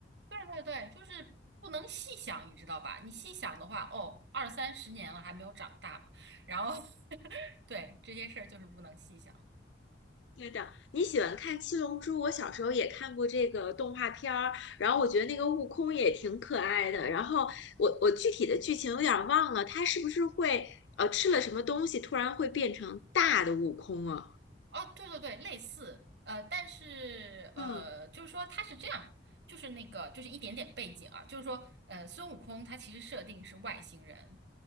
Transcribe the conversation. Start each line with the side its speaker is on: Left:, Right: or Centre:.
Right: 对对对，就是不能细想，你知道吧？你细想的话，哦，二三十年了还没有长大嘛。然后 <laughs> 对，这些事儿就是不能细想。
Left: 对的，你喜欢看《七龙珠》，我小时候也看过这个动画片儿，然后我觉得那个悟空也挺可爱的。然后我我具体的剧情有点儿忘了，他是不是会呃吃了什么东西，突然会变成大的悟空啊？
Right: 哦，对对对，类似，呃，但是呃，
Left: 嗯，
Right: 就是说它是这样，就是那个，就是一点点背景啊，就是说，呃，孙悟空他其实设定是外星人，